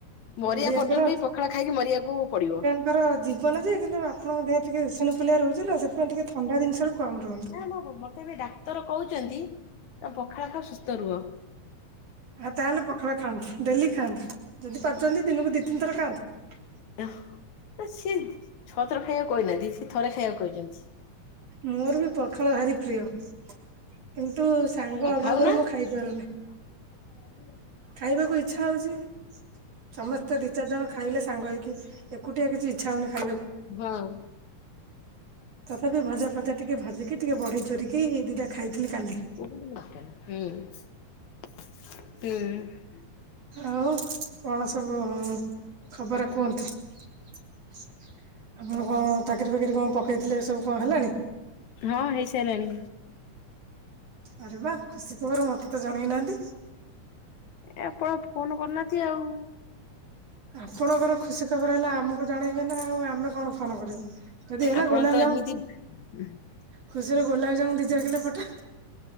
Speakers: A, on the left; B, on the right.
A: ମରିବା
B: ଓଡିଆଙ୍କର
A: ପର୍ଯ୍ୟନ୍ତ ବିି ପଖାଳ ଖାଇକି ମରିଆକୁ ପଡିବ।
B: ତାଙ୍କର ଜୀବନ ଯେ କିନ୍ତୁ ଆପଣଙ୍କ ଦେହରେ ଟିକେ ଇସୁନ୍ ଫୁଲିଆ ରହୁଛି ତ ସେଥିପାଇଁ ଟିକେ ଥଣ୍ଡା ଦିନ୍ଷରୁ କମ୍ ରୁହନ୍ତୁ।
A: ନାମ ମ ମତେ ଏବେ ଡାକ୍ତର କୋହୁଛନ୍ତି ଆଁ ପଖାଳ ଖାଅ ସୁସ୍ଥ ରୁହ।
B: ଆ ତାହେଲେ ପଖାଳ ଖାଆନ୍ତୁ ଡେଲି ଖାଆନ୍ତୁ ଯଦି ପାରୁଛନ୍ତି ଦିନୁକୁ ଦି ତିନ୍ ଥର ଖାଆନ୍ତୁ।
A: ୟହଁ ଆଁ ସିଏ ଛଅ ଥର ଖାଇଆକୁ କହିନାହାନ୍ତି ସେ ଥରେ ଖାଇଆକୁ କହିଛନ୍ତି।
B: ମୋରବି ପଖାଳ ଭାରି ପ୍ରିୟ କିନ୍ତୁ ସାଙ୍ଗ
A: ଆଉ
B: ଅଭାବରୁ
A: ଖାଉନା
B: ମୁଁ ଖାଇପାରୁନି।
A: <inaudible>
B: ଖାଇବାକୁ ଇଛା ହୋଉଚି ସମସ୍ତେ ଦି ଚାରି ଜଣ ଖାଇଲେ ସାଙ୍ଗ ହେଇକି। ଏକୁଟିଆ କିଛି ଇଛା ହଉନି ଖାଇବାକୁ।
A: ହଁ।
B: ତଥାପି ଭଜା ଫଜା ଟିକେ ଭାଜିକି ଟିକେ ବଢି ଚୁରିିକି ଦିଟା ଖାଇଥିଲି କାଲି।
A: ହୁଁ, ହୁଁ।
B: ଆଉ କଣ ସବୁ ଖବର କୁହନ୍ତୁ? ଆପଣ କଣ ଚାକିରି ଫାକିରି କଣ ପ ନେଇଥିଲେ ସବୁ। କଣ ହେଲାଣି?
A: ହଁ ହେଇସାଇଲାଣି।
B: ଆରେ ବା ଖୁସି ଖବର ମତେ ତ ଜଣେଇ ନାହାନ୍ତି!
A: ଏ ଆପଣ ଫୋନ କରୁନାହାନ୍ତି ଆଉ!
B: ଆପଣଙ୍କର ଖୁସି ଖବର ହେଲା ଆମକୁ ଜଣେଇବେ ନା ଆଉ ଆମେ କଣ ଫୋନ କରିବୁ! ଯଦି ହେଲା
A: ଆପଣ
B: ଗୋଲାପ
A: ତ
B: ଜାମୁ
A: <inaudible>
B: ଖୁସିରେ ଗୋଲାପ ଜାମୁ ଦି ଚାର କିଲୋ ପଠା।